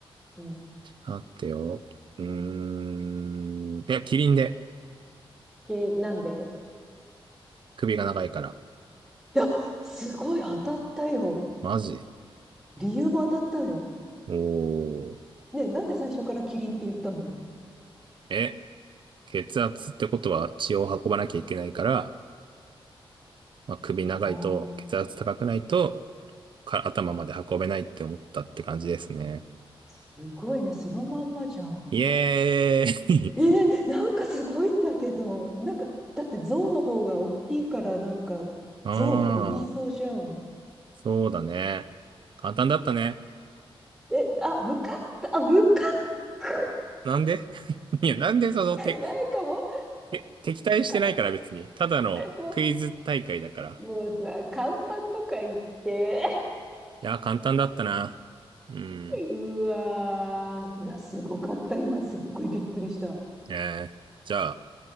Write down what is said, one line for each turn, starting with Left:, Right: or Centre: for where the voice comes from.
Centre: うん。
Right: 待ってよ。うーん、いや、キリンで、
Centre: キリン、なんで
Right: 首が長いから。
Centre: いや、<gasps> すごい当たったよ。
Right: マジ
Centre: 理由も当たったよ。
Right: おー。
Centre: ね、なんで最初からキリンって言ったの
Right: え、血圧ってことは血を運ばなきゃいけないから、まあ、首長いと血圧高くないと
Centre: ああ、
Right: か頭まで運べないって思ったって感じですね。
Centre: すごいね。そのまんまじゃん。
Right: イエーイ
Centre: えー、なんかすごいんだけど。なんか、だって象の方が大きいからなんか、
Right: <laughs> ああ、
Centre: 象って言いそうじゃん。
Right: そうだね。簡単だったね。
Centre: え、あ、向かった、あ、向かった
Right: なんで <laughs> いや、なんでその、て、
Centre: なんかもう、
Right: て、敵対してないから別に。
Centre: か、
Right: ただのクイズ大会だから。
Centre: もう、もうさ、簡単とか言って。
Right: いや、簡単だったな。うん。
Centre: うわー。いや、すごかった。今、すっごいびっくりした。
Right: えー、じゃあ、